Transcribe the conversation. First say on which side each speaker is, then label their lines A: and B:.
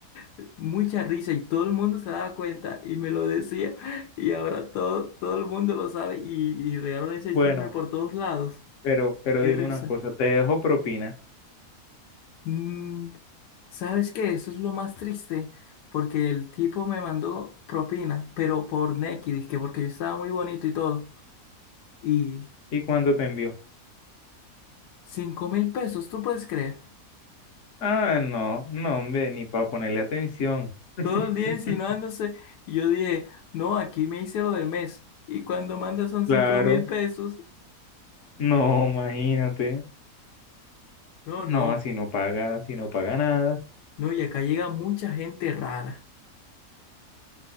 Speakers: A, on the left; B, on the left.
A: eh, mucha risa y todo el mundo se daba cuenta y me lo decía y ahora todo, todo el mundo lo sabe y, y regaron ese
B: Bueno,
A: chisme por todos lados.
B: pero, pero
A: Qué
B: dime
A: risa.
B: una cosa, ¿te dejo propina?
A: Mm, ¿sabes qué? Eso es lo más triste porque el tipo me mandó propina, pero por Nequi, dizque porque yo estaba muy bonito y todo. Y
B: ¿Y cuándo te envió?
A: cinco mil pesos, ¿tú puedes creer?
B: Ah, no, no, hombre, ni para ponerle atención. <laughs>
A: todo el día insinuándose y yo dije, no, aquí me hice lo del mes y cuando manda son
B: Claro,
A: cinco mil pesos,
B: no, imagínate.
A: no,
B: No,
A: no,
B: así no paga, así no paga nada,
A: no, y acá llega mucha gente rara.